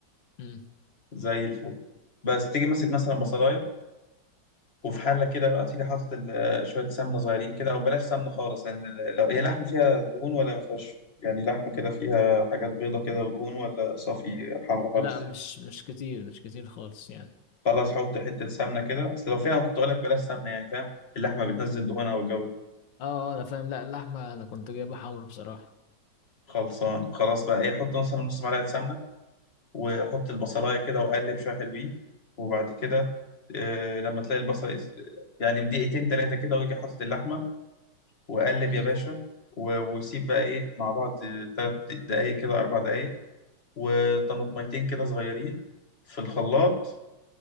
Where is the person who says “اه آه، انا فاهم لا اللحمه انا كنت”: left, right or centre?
Left